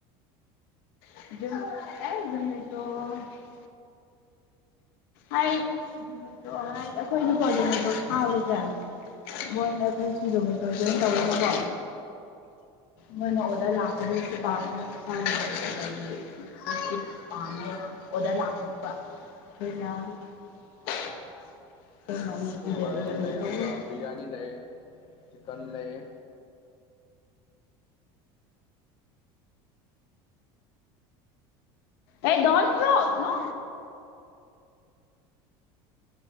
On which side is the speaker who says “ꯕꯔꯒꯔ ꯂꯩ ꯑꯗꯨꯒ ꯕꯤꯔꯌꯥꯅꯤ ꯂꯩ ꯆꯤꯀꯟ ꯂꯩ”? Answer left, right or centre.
Left